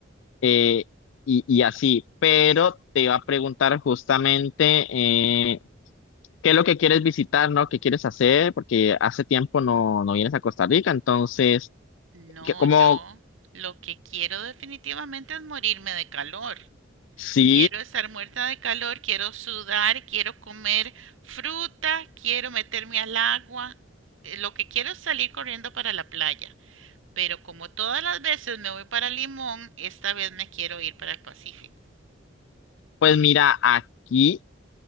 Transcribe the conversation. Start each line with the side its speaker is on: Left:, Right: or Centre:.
Left: eh, y, y así. Pero te iba a preguntar justamente eh, qué es lo que quieres visitar, ¿no? ¿Qué quieres hacer? Porque hace tiempo no, no vienes a Costa Rica, entonces...
Right: No,
Left: ¿qué- ¿Cómo,
Right: yo lo que quiero definitivamente es morirme de calor.
Left: Sí,
Right: Quiero estar muerta de calor, quiero sudar, quiero comer fruta, quiero meterme al agua. Eh, Lo que quiero es salir corriendo para la playa. Pero como todas las veces me voy para Limón, esta vez me quiero ir para el Pacífico.
Left: pues mira, aquí